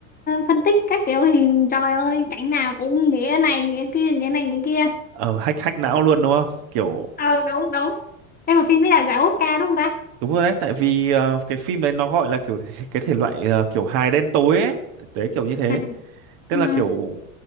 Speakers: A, on the left; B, on the right.
A: phân tích các kiểu thì trời ơi, cảnh nào cũng nghĩa này, nghĩa kia, nghĩa này, nghĩa kia.
B: ờ hack hack não luôn đúng không kiểu
A: Ờ, đúng, đúng. Em mà phim đấy là giải Oscar đúng không ta?
B: Đúng rồi đấy, tại vì ờ, cái phim đấy nó gọi là kiểu <laughs> cái thể loại ờ, kiểu hài đen tối ấy, đấy kiểu như thế.
A: À,
B: Tức
A: ừ.
B: là kiểu